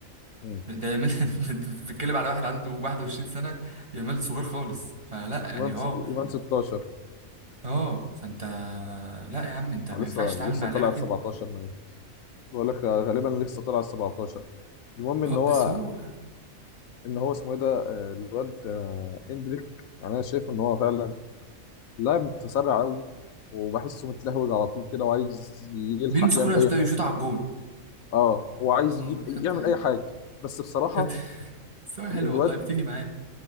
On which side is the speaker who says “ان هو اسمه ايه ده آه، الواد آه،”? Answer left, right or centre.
Left